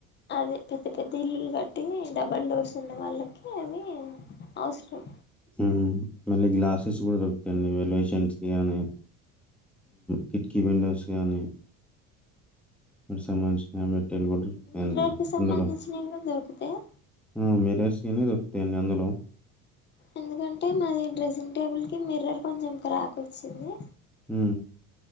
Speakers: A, on the left (about 35°); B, in the centre.
A: అదే పెద్ద పెద్ద ఇల్లు కట్ టే డబల్ డోర్స్ ఉన్న వాళ్ళకి అవి అవసరం
B: ఉ మళ్ళీ గ్లాసెస్ కూడా దొరుకుతాడి వెలేషన్స్ గానీ కిట్కీ విండోస్ గానీ సంబంధించిన
A: మిర్రర్
B: <inaudible>
A: కి సంబంధించినవి
B: అందులో
A: కూడా దొరుకుతాయి
B: ఆ మీరేస్నే దేన్ని అందులో
A: ఎందుకంటే మాది డ్రెస్సింగ్ టేబుల్ టే మిర్రర్ కొంచెం రాక్ వచ్చింది
B: ఉ